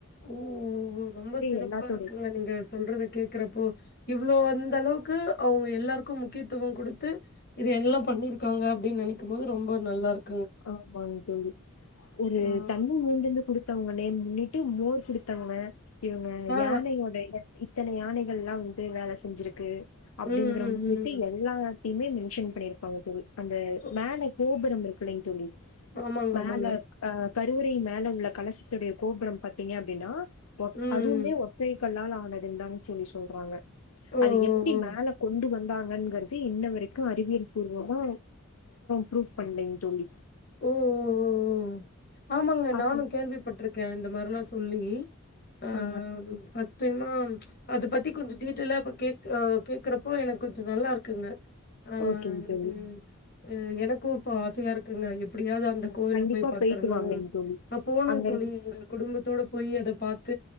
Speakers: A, on the left; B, on the left.
A: ஓ ரொம்ப சிறப்பா
B: எல்லாத்தோடைய
A: இருக்குங்க நீங்க சொல்றத கேக்குறப்போ இவ்வளோ அந்த அளவுக்கு அவங்க எல்லாருக்கும் முக்கியத்துவம் கொடுத்து இது எல்லா பண்ணியிருக்காங்க அப்படின்னு நினைக்கும்போது ரொம்ப நல்லாிருக்
B: ஆஹ் வாங்க தோலலி ஒரு
A: ஆ.
B: தண்ணிழ மூண்டுந்து குடுத்தவங்க முன்னிட்டு மோர் குடுத்தவங்க இவங்க
A: ஆ.
B: யானையோட எச் இத்தன யானைகள்ல்லா வந்து வேல செஞ்சிருக்கு அப்படிங்கற
A: ம், ம்,
B: முன்னிட்டு
A: ம்.
B: எல்லா மே மென்ஷன் பண்ணிருப்பாங்க தோலி அந்த
A: ஒ
B: மேல கோப் ந <inaudible> களங தொி <inaudible>
A: ஆமாங்க,
B: மேல
A: ஆமாங்க.
B: ஹ கருவறை மேல உள்ள கலசத்துடைய கோபுரம் பார்த்தீங்க அப்டின்னா ஒ
A: ம்.
B: அதுவுமே ஒற்றை கல்லால் ஆனது தா தோழி சொல்றாங்க
A: ஓ,
B: அது எப்படி
A: ஓ, ஓ.
B: மேல கொண்டு வந்து தாங்ககிறது இன்ன வரைக்கும் அறிவியல் பூர்வமா ப்ரூப் பண்ணீங்க தோலி
A: உம் உம் உம் ஆமாங்க
B: அப்ப
A: நானும் கேள்விப்பட்டிருக்கேன் இந்த மாரிலா சொல்லி ஆஹ்
B: ஆ
A: ஃபஸ்ட் டைமா அதை பத்தி கொஞ்சோ டீட்டெய்ல்லா இப்ப கே கேக்குறப்போ எனக்கு கொஞ்ச நல்லா இருக்குங்க ஆஹ்
B: ஓகேங் தோழி
A: இதுஹ் எனக்கும் இப்போ ஆசையா இருக்குங்க எப்படியாவது அந்த
B: ம்,
A: கோவில
B: கண்டிப்பா
A: போய் பாக்கனு
B: போயிட்டு வாங்கங் தோழி
A: அபோனும்
B: அங்க
A: தோழி
B: இரு
A: எங்க குடும்பத்தோட போய் அத பார்த்து